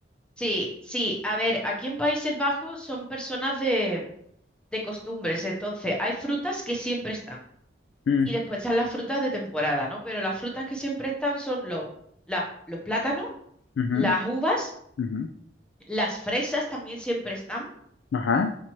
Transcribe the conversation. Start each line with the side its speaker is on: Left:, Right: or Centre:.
Centre: sí, sí. A ver, aquí en Países Bajos son personas de de costumbres. Entonces, hay frutas que siempre están
Left: Mm,
Centre: y después están las frutas de temporada, ¿no? Pero las frutas que siempre están son los, las- los plátanos,
Left: ujú,
Centre: las uvas,
Left: ujú,
Centre: las fresas también siempre están,
Left: Ajá.